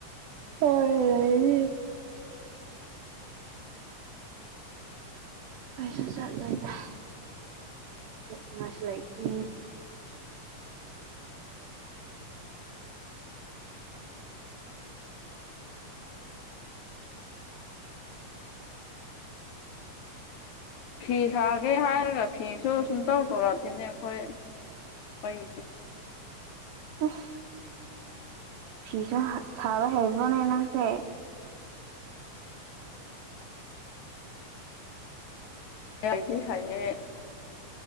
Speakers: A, on the right; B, on the left.
A: ꯍꯣꯏ ꯂꯩꯌꯦ ꯀꯩꯁꯨ ꯆꯠꯂꯣꯏꯗ ꯆꯠꯅꯤꯉꯥꯏꯁꯨ ꯂꯩꯇꯦ꯫
B: ꯐꯤ ꯁꯥꯒꯦ ꯍꯥꯏꯔꯒ ꯐꯤꯁꯨ ꯁꯨꯝꯇꯧ ꯇꯧꯔꯛꯇꯦꯅꯦ ꯑꯈꯣꯏ <unintelligible>
A: ꯑꯁ ꯐꯤꯁꯨ ꯍꯥ ꯁꯥꯕ ꯍꯩꯕ꯭ꯔꯣꯅꯦ ꯅꯪꯁꯦ?
B: <unintelligible>